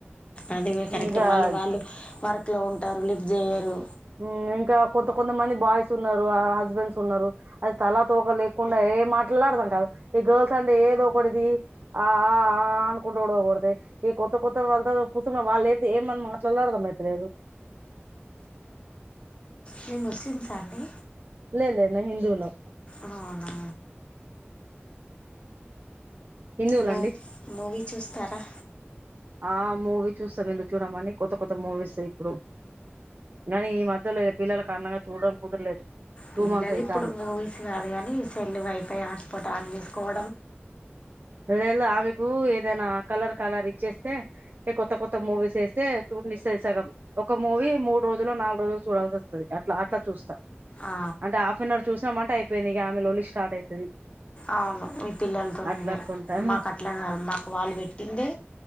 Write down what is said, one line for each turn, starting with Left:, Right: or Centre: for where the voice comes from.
Left: అదిగ కరెక్టే
Right: ఇగ
Left: మళ్ళీ వాళ్ళు వర్క్ లో ఉంటారు లిఫ్ట్ చేయరు
Right: హ్మ్ కొంత కొంతమంది బాయ్స్ ఉన్నారు హస్బెండ్స్ ఉన్నారు అది తలా తోక లేక ఏ మాట్లాడదాం కాదు ఈ గర్ల్స్ అంటే ఏదో ఒకది ది ఆ ఆ అనుకుంట ఓడకొడ్తాయి ఈ కొత్త కొత్త వాళ్ళతో కూర్చున్న వాళ్ళుయితే ఏమని మాట్లాడాలో అర్థం అయిత లేదు
Left: మీర్ ముస్లిమ్స్ ఆ అండి
Right: లే లే నేన్ హిందువులు
Left: హావున
Right: హిందువులండి
Left: మే మూవీ చూస్తారా
Right: ఆ మూవీ చూస్తాం ఎందుకు చూడమండి కొత్త కొత్త మూవీస్ ఇప్పుడు కానీ ఈ మధ్యలో పిల్లల కారణంగా చూడడం కుదరలేదు టూ
Left: పిల్లలు
Right: మంత్స్ అయితాంది
Left: ఇప్పుడు మూవీస్ కాదు గని సెల్ వైఫై హాస్పోర్ట్ ఆన్ చేసుకోవ్
Right: లె లె ఆమెకు ఏదన్నా కలర్ కలర్ చేస్తే ఏ కొత్త కొత్త మూవీస్ వేస్తే చూడనిస్తది సగం ఒక మూవీ మూడు రోజులు నాలుగు రోజులు చూడాల్సివస్తది అట్లా అట్లా చూస్తా
Left: ఆ
Right: అంటే హాఫ్ అన్ అవర్ చూసామంటె అయిపోయింది ఇగ ఆమె లోలి స్టార్ట్ అయితది
Left: అవును మీ పిల్లలతోన్
Right: అట్లా
Left: ఇదే
Right: అనుకుంటా
Left: మాకు అట్లా కాదు మాకు వాళ్ళు పెటిందే